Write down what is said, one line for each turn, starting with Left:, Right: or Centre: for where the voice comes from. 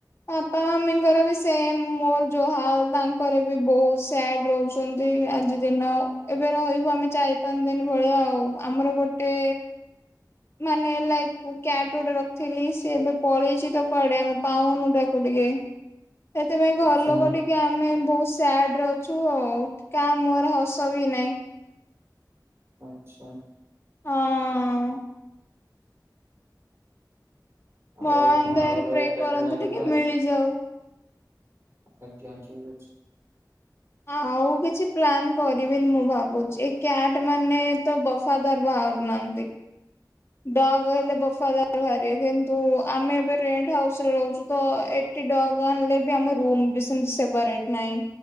Left: ବାପା ମମିଙ୍କର ବି ସେମ୍, ମୋର ଯୋଉ ହାଲ୍ ତାଙ୍କର ବି ବହୁତ ସ୍ୟାଡ୍ ରହୁଛ ଚନ୍ତି, ଆଜି ଦିନ ଏବେ ରହିବୁ ଆମେ ଚାରି ପାଞ୍ଚ ଦିନି ଭଳିଆ ଆଉ। ଆମର ଗୋଟେ ମାନେ ଲାଇକ୍ କ୍ୟାଟ ଗୋଟେ ରଖିଥିଲି, ସେ ଏବେ ପଳେଇଛି ତ କୁଆଡେ ଆମେ ପାଉନୁ ତାକୁ ଟିକେ। ସେଥିପାଇଁ ଘର
Right: ଆଛା
Left: ଲୋକ ଟିକେ କି ଆମେ ବହୁତ ସ୍ୟାଡ଼ରେ ଅଛୁ ଆଉ। କାଆ ମୁହଁରେ ହସ ବି ନାହିଁ।
Right: ଆଚ୍ଛା।
Left: ହଁ ଅ ଅ। ଭଗବାନଙ୍କ
Right: ଆଉ କଣ
Left: ଦୟାରୁ
Right: ଆଉ ଗୋଟେ
Left: ପ୍ରେ
Right: ଏକାଟେଣିଆର
Left: କରନ୍ତୁ ଟିକେ
Right: ପ୍ଲାନ
Left: ମିଳିଯାଉ।
Right: ଆଜ୍ଞା ଠିକ୍ ଅଛି।
Left: ଆ ଆଉ ମୁଁ କିଛି ପ୍ଲାନ୍ କରିବିନି ମୁଁ ଭାବୁଛି, ଏଇ କ୍ୟାଟ ମାନେ ତ ବଫାଦାର ବାହାରୁନାହାଁନ୍ତି। ଡଗ୍ ହେଲେ ବଫାଦାର ବାହାରିବେ କିନ୍ତୁ ଆମେ ଏବେ ରେଣ୍ଟ ହାଉସରେ ରହୁଛୁ ତ, ଏ ଟି ଡଗ୍ ଆଣିଲେ ବି ଆମ ରୁମ୍ ବି ସେମତି ସେପାରେଟ ନାହିଁ।